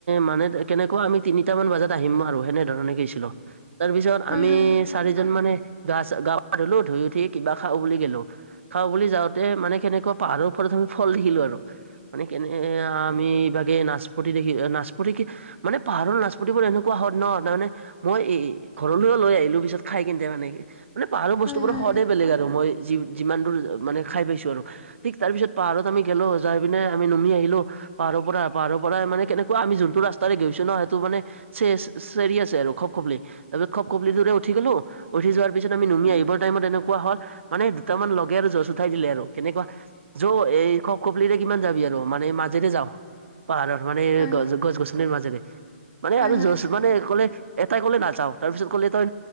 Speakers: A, on the right; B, on the left.
A: মানে কেনেকুৱা আমি তিনিটা মান বজাত আহিম আৰু সেনেধৰণে কিছিলো তাৰ পিছত
B: হয়
A: আমি,
B: হয়
A: চাৰিজন মানে গা গা পা ধুলো ধুই উঠি কিবা খা বুলি গলো খাওঁ বুলি যাওঁতে মানে কেনেকুৱা পাহাৰৰওপৰত আমি ফল দেখিলো আৰু, মানে কেনে আমি এইবাগে নাচপতি দেখি নাচপতি কি মানে পাহাৰৰ নচপতিবোৰ এনেকুৱা হ ন তাৰমানে মই এ ঘৰলৈও লৈ আহিলো পিছত খাই কিন্তে, মানে মানে পাহাৰৰ
B: হয়
A: বস্তু বোৰৰ
B: হয়
A: সদে বেলেগ আৰু মই যিমান দূৰ মানে খাই পাইছো আৰু ঠিক তাৰ পিছত পাহাৰত আমি গলো যাই পিনে আমি নামি আহিলো পাহাৰৰ পৰা পাহাৰৰ পৰাই মানে কেনেকুৱা আমি যোনটো ৰা্তাৰে গৈছো ন সেইটো মানে, চ চেৰি আছে আৰু খব খবলেি তাৰ পিছ খব কপলিূৰে উঠি গলো উঠিৱাৰিছ আমি নুম
B: হয়
A: আহিব টাইমত এনেকুৱা হল। মানে দুটামান লগে আৰু জজ উঠাই দিলে আৰু কেনেকুৱা, য এই খপ খপলিৰে কিমান যাবি আৰু মানে মাজেৰে যাওঁ পাহাৰৰ মানে
B: হয়
A: গছ গছনিৰ মাজেৰে মানে
B: হয়
A: আৰু
B: হয় হয়
A: য মানে ক'লে এটাই ক'লে নাযাওঁ, তাৰপিছত ক'লে তই